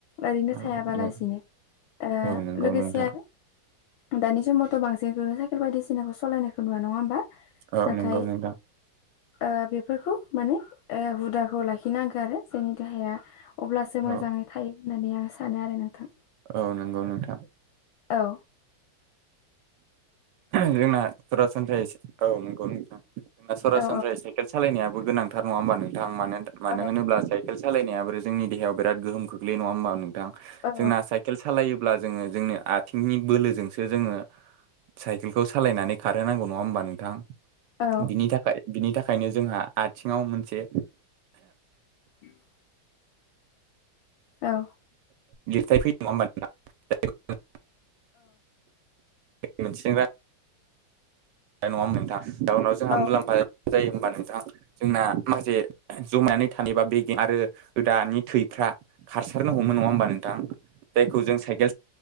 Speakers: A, on the left; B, on the right.
A: ओरैनो
B: औ
A: थायाबालासिनो ओ
B: औ नंगौ
A: लोगोसे
B: नोंथां
A: आरो दानि समावथ' बांसिनखौनो साइकेल बायदिसिनाखौ सालायनायखौ नुवा नङा होमबा
B: औ
A: नाथाय
B: नंगौ नोंथां
A: ओ बेफोरखौ माने ओ हुदाखौ लाखिनांगौ आरो जोंनि देहाया अब्लासो
B: औ
A: मोजाङै थायो होननानै आं सानो आरो नोंथां
B: औ नंगौ नोंथां
A: औ
B: जोंना सरासनस्रायै औ नंगौ नोंथां सरासनस्रायै
A: औ
B: साइकेल सालायनाया गोनांथार नङा होमबा नोंथां मानो मानो
A: औ
B: होनोब्ला साइकेल सालायनायाबो जोंनि देहायाव बिराद गोहोम खोख्लैयो नङा होमबा नोंथां
A: औ
B: जोंना साइकेल सालायो अब्ला जोङो जोंनि आथिंनि बोलोजोंसो जोङो साइकेलखौ सालायनानै खारहोनांगौ नङा होमबा नोंथां
A: औ
B: बिनि थाखाय बिनि थाखाय ओंखायनो जोंहा आथिङाव मोनसे
A: उ <inaudible> औ
B: लिरथाय फैयो नङा होमबा नोंथां <inaudible> मिथिंगा नङाहोमबा नोंथां जाउनाव जोंहा
A: औ
B: मुलाम्फा जायो होमबा नोंथां जोंना माखासे जमायनानै थानायबा बे आरो रोदानि थैफ्रा खारसारनांगौमोन नङा होमबा नोंथां जायखौ जों साइकेल